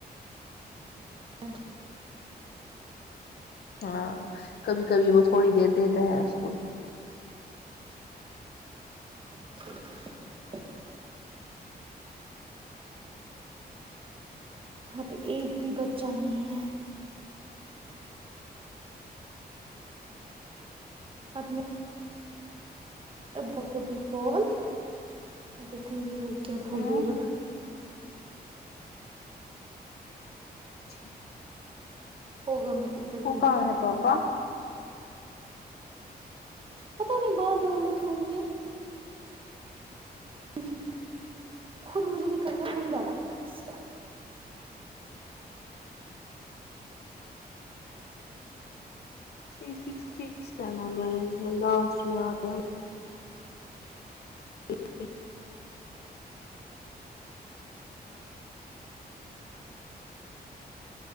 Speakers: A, on the right (about 30°); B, on the left (about 75°).
A: <inaudible>
B: ہاں کبھی کبھی وہ تھوڑی دیر دیتا ہے اس کو
A: <inaudible> یہاں پہ ایک بھی بچہ نہیں ہے اب میں ابو کو ہی قال دیکھوں گی وہ کیا بولے
B: ہاں
A: گا
B: ٹھی
A: ہوگا مت ادھر
B: وہ
A: کہیں
B: کہاں ہے پاپا
A: پتہ نہیں بازار مت ہوں گے جی خود مجھے نکلنا گندا لگتا ہے اس ٹائم
B: تھری سکس تھری کس کا نمبر ہے جس میں لاسٹ میں اتا ہے
A: <inaudible>
B: <inaudible>